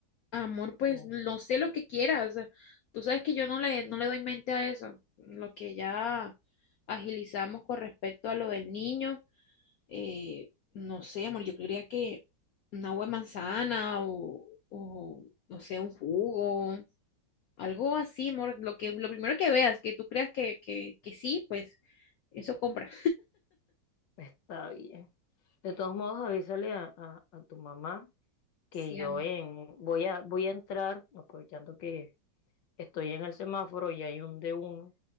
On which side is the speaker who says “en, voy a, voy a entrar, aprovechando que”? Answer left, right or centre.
Left